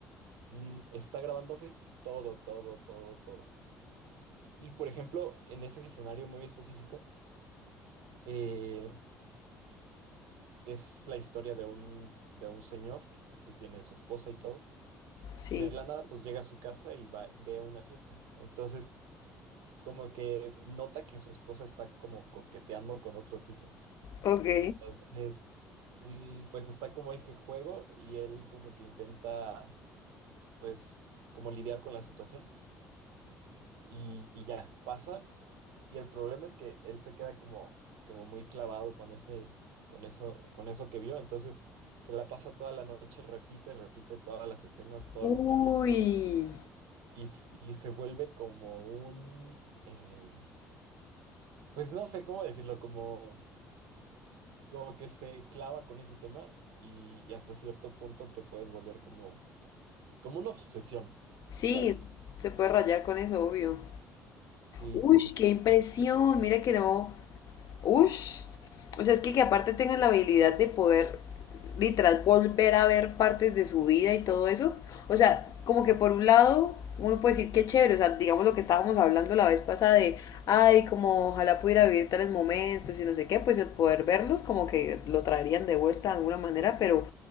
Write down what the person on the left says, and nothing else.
Sí,
ok.
Uy,
sí,
se puede rayar con eso, obvio.
Uy,
qué impresión. Mira que no. Ush. O sea, es que, que aparte tengan la habilidad de poder literal volver a ver partes de su vida y todo eso. O sea, como que por un lado uno puede decir que chévere, o sea, digamos lo que estábamos hablando la vez pasada de, ay, como ojalá pudiera vivir tales momentos y no sé qué, pues el poder verlos como que lo traerían de vuelta de alguna manera, pero